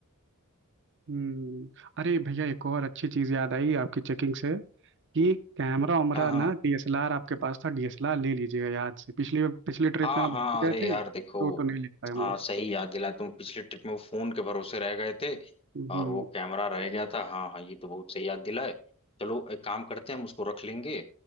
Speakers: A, on the right (about 55°); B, on the left (about 25°).
A: हम्म अरे भैया एक और अच्छी चीज़ याद आई आपकी चेकिंग से कि कैमरा वैमरा
B: हाँ हाँ
A: ना डीएसएलआर आपके पास था डीएसएलआर ले लीजिएगा याद से पिछली पिछली ट्रिप
B: हाँ
A: में आप
B: हाँ
A: भूल गए
B: अरे
A: थे
B: यार
A: तो
B: देखो
A: तो नहीं लिख पाए हम
B: हाँ
A: लोग
B: सही याद दिला तुम पिछले ट्रिप में वो फोन के भरोसे रह गए थे
A: हम्म
B: और वो कैमरा रह गया था हाँ हाँ ये तो बहुत सही याद दिलाए चलो एक काम करते हैं हम उसको रख लेंगे